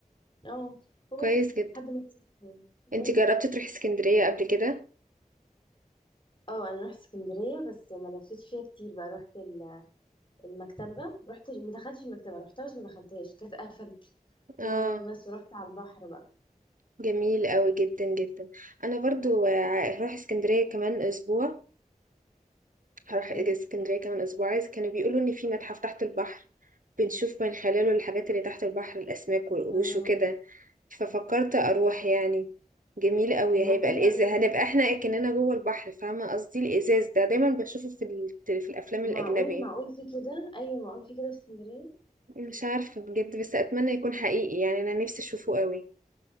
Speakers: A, on the left (about 35°); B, on the right (about 60°).
A: اه وبس
B: كويس جدا
A: لحد ما تسيبي يعني.
B: انت
A: أمم.
B: جربتي تروحي اسكندرية قبل كده
A: اه انا رحت اسكندريه بس ما لفتش فيها كتير بقى رحت ال- المكتبه رحت ما دخلتش المكتبه رحتها بس ما دخلتهاش كانت قفلت
B: اه
A: وبس رحت على البحر بقى
B: جميل قوي جدا جدا انا برضو آه، هروح اسكندرية كمان اسبوع هروح
A: طب حلو
B: اسكندرية كمان اسبوع عايز كانوا بيقولوا ان في متحف تحت البحر بنشوف من خلاله الحاجات اللي تحت البحر الاسماك
A: الله
B: والقروش وكده ففكرت اروح يعني جميل قوي
A: والله
B: هيبقى
A: حلو
B: الازاز
A: قوي
B: هنبقى احنا كأننا جوه البحر فاهمة قصدي الازاز ده دايما بشوفه في ال... في الافلام
A: معقول
B: الاجنبية
A: معقول في كده ايوه معقول في كده في اسكندريه
B: مش عارفة بجد بس أتمنى يكون حقيقي يعني أنا نفسي أشوفه قوي